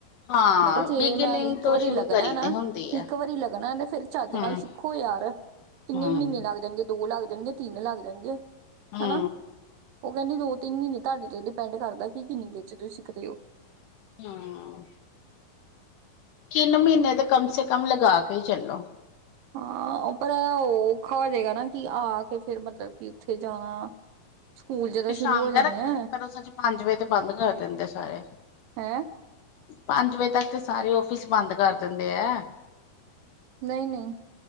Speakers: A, on the left (about 70°); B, on the right (about 75°).
A: ਹਾਂ
B: ਮੈਂ, ਕਿਹਾ ਜੇ
A: ਬਿਗਨਿੰਗ
B: ਮੈਂ ਇੱਕ
A: ਤੋਂ
B: ਵਾਰੀ
A: ਸ਼ੁਰੂ
B: ਲੱਗਣਾ
A: ਕਰੀ
B: ਨਾ,
A: ਤੇ ਹੁੰਦੀ ਹੈ
B: ਇੱਕ ਵਾਰੀ ਲੱਗਣਾ ਤੇ, ਫੇਰ ਚੱਜ
A: ਹਮ
B: ਨਾਲ ਸਿੱਖੋ ਯਾਰ, ਕਿੰਨੇ
A: ਹਮ
B: ਮਹੀਨੇ ਲੱਗ ਜਾਣਗੇ, ਦੋ ਲੱਗ ਜਾ ਲਾਗ ਜਾਣਗੇ, ਤਿੰਨ ਲੱਗ ਜਾਣਗੇ।
A: ਹੂੰ
B: ਹਨਾ। ਉਹ ਕਹਿੰਦੀ ਦੋ- ਤਿੰਨ ਮਹੀਨੇ ਤੁਹਾਡੇ ਤੇ, ਡਿਪੈਂਡ ਕਰਦਾ ਕਿ ਕਿੰਨੀ ਦੇਰ'ਚ ਤੁਸੀਂ ਸਿੱਖਦੇ ਹੋ।
A: ਹਾਂ। ਤਿੰਨ ਮਹੀਨੇ ਤੇ, ਕਮ ਸੇ ਕਮ, ਲਗਾ ਕੇ ਚੱਲੋ
B: ਹਾਂ, ਉ ਪਰ, ਔਖਾ ਹੋ ਜਾਏਗਾ ਨਾ, ਕਿ ਆਕੇ ਫਿਰ ਮਤਲਬ ਕਿ ਉੱਥੇ ਜਾਣਾ ਸਕੂਲ ਜਦੋਂ
A: ਤੇ
B: ਸ਼ੁਰੂ
A: ਸ਼ਾਮ
B: ਹੋ ਜਾਣੇ
A: ਦਾ ਰੱਖੀ,
B: ਆ
A: ਪਰ ਉਹ ਸਜ ਪੰਜ-ਵਜੇ ਤੇ, ਬੰਦ ਕਰ ਦਿੰਦੇ ਸਾਰੇ।
B: ਹੈਂ
A: ਪੰਜ- ਵਜੇ ਤੱਕ ਤੇ, ਸਾਰੇ ਆਫਿਸ ਬੰਦ ਕਰ ਦਿੰਦੇ ਹੈ।
B: ਨਹੀਂ- ਨਹੀਂ